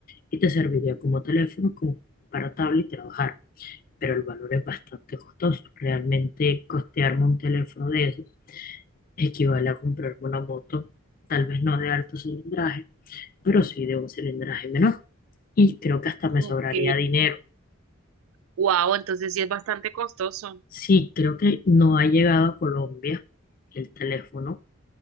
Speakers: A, on the left; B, on the right.
A: y te serviría como teléfono, como para tablet y trabajar. Pero el valor es bastante costoso. Realmente costearme un teléfono de esos equivale a comprarme una moto, tal vez no de alto cilindraje, pero sí de un cilindraje menor. Y creo que hasta me
B: ok.
A: sobraría dinero.
B: Wow, entonces sí es bastante costoso.
A: Sí, creo que no ha llegado a Colombia el teléfono